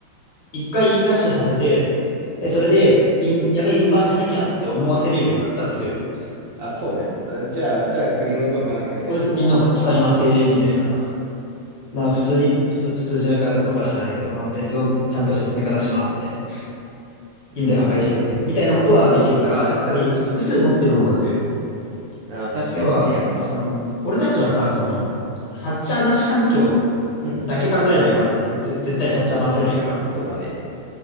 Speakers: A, on the left; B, on the right.
A: 一回インラッシュさせて、で、それで、イン、やべえ、インバウンドしなきゃって思わせれるんだったら強いね。
B: あ、そうね。うんじゃあ、じゃあ、グリムとかなんか別のを持ってきて。
A: そう。これなんか使いません、みたいなさ。まあ普通につ、普通、普通じゃないかどうかは知らないけど、まあ別のちゃんと説明方します、みたいな。
B: うーん。
A: 印で破壊しておいて。みたいなことはできるから、やっぱりその複数持ってる方が強い。
B: あー、確かにね、
A: 要は、
B: やっぱ、
A: その、俺たちはさ、その、サッチャーなし環境
B: うん、
A: だけ考えればよかったじゃん。ぜ、絶対サッチャー版すればいいから。
B: そうだね。